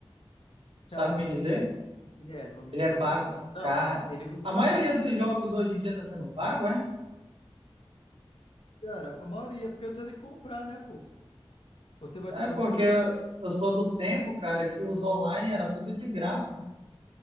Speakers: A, on the right; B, on the left.
A: Sabe
B: Cara,
A: me dizer?
B: ele é, ele é, não vou mentir
A: Ele é
B: pra
A: pago,
B: você não. Não,
A: cara.
B: ele você
A: A
B: vai,
A: maioria
B: não,
A: dos jogos
B: ele,
A: hoje em dia tá sendo pago, é?
B: cara, a maioria porque você tem que comprar, né, pô? Você vai,
A: É
B: você
A: porque
B: vai ter que.
A: eu sou do tempo, cara, que os online era tudo de graça.